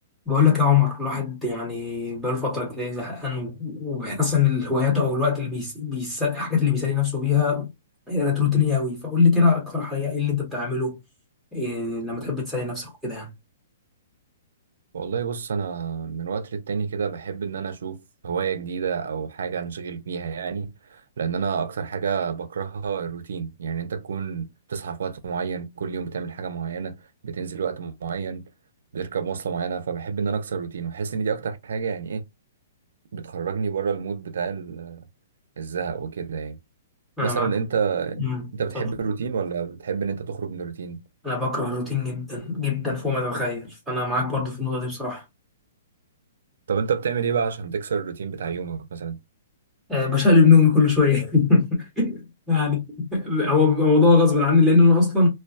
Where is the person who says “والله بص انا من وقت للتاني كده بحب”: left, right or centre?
Right